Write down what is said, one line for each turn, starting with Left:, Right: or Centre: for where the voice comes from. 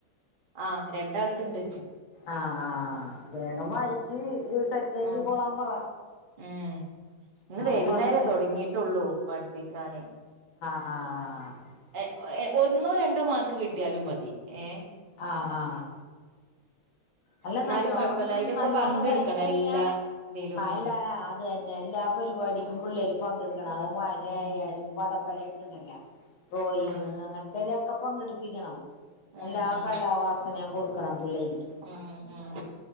Right: ആഹ് രണ്ടാൾക്കുണ്ട്
Left: ആഹ് ആഹ് വേഗം വായിച്ച് സെറ്റാക്കി
Right: ആഹ്
Left: കോളാൻ പറ
Right: ഉം ഇന്ന്
Left: എന്നാലെ
Right: വൈകുന്നേരാ
Left: ഫസ്റ്റ്
Right: തൊടങ്ങിയിട്ടുള്ളൂ പഠിപ്പിക്കാന്
Left: ആ ആഹ് ആഹ്
Right: <unintelligible> ഒന്നോ രണ്ടോ മാർക്ക് കിട്ടിയാലും മതി ഏഹ്
Left: ആഹ് ആഹ് അല്ല
Right: എന്നാലും
Left: നല്ലോണം
Right: കൊഴപ്പല്ല അയിലൊക്കെ
Left: നല്ലോണം
Right: പങ്കെടുക്കണം
Left: ഇതായി കഴിഞ്ഞ
Right: എല്ലാ ഇതിലും
Left: അല്ല
Right: ഉം
Left: അത് തന്നെ എല്ലാ പരിപാടിക്കും പുള്ളേര് പങ്കട് ക്കണം അത്‌ വരായാലും
Right: ഉം
Left: പടം വരൊക്കെ ണ്ടല്ലൊ ഡ്രോയിങ്
Right: ഉം
Left: അങ്ങൻതേലൊക്കെ പങ്കെടുപ്പിക്കണം
Right: ഉം
Left: എല്ലാ
Right: ഉം
Left: കാലാവാസനയും കൊടുക് ക്കണം പുള്ളേര്ക്കി
Right: ഉം ഉം